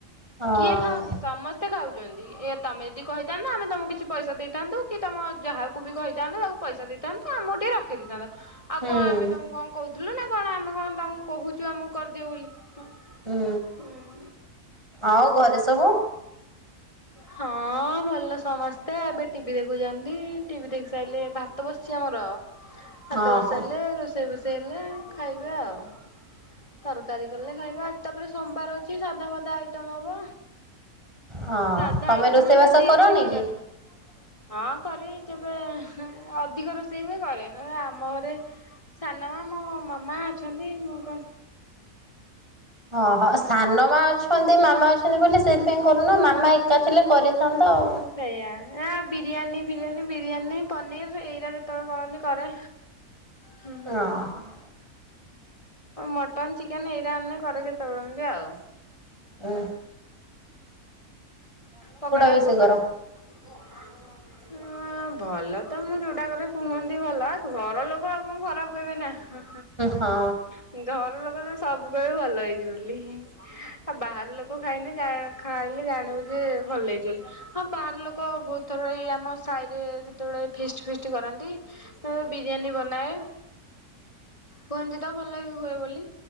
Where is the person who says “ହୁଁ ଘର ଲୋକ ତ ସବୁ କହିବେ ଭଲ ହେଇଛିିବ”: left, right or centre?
Left